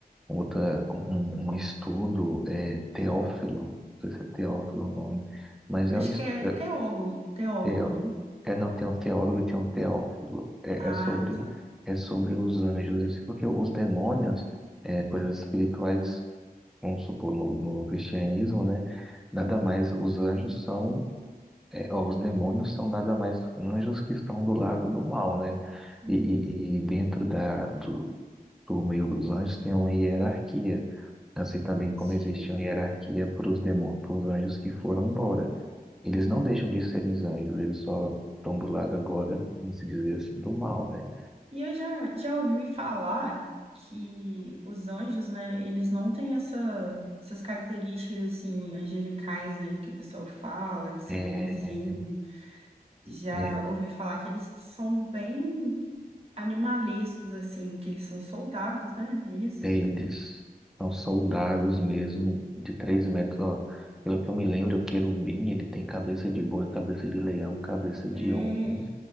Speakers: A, in the centre; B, on the right (about 40°).
A: outra, um, um estudo, é, teófilo, não sei se é teófilo o nome, mas é,
B: Acho
A: o estudo,
B: que é teólogo, teólogo,
A: Teo.
B: não?
A: É, não, tem um teólogo e tem um teófilo. É,
B: Ah,
A: é sobre,
B: tá.
A: é sobre os anjos. Assim, porque os demônios, é, coisas espirituais, vamos supor, no, no cristianismo, né? Nada mais, os anjos são, é, ó, os demônios são nada mais anjos que estão do lado do mal, né?
B: Uhum.
A: E, e, e dentro da, do- como eu- os anjos têm uma hierarquia, assim também como
B: Sim.
A: existia uma hierarquia para os demônios, para os anjos que foram embora. Eles não
B: Uhum.
A: deixam de ser os anjos, eles só estão do lado agora, como se dizer assim, do mal, né?
B: E eu já, já ouvi falar que os anjos, né? Eles não têm essa, essas características, assim, angelicais, né? Que o pessoal fala, de ser
A: É,
B: bonzinho. Já
A: é,
B: ouvi falar que eles são bem animalescos, assim, que eles são soldados, né? é Isso.
A: é, eles são soldados mesmo, de três metros, ó. Pelo que eu me lembro, o querubim, ele tem cabeça de boi, cabeça de leão, cabeça de
B: É,
A: homem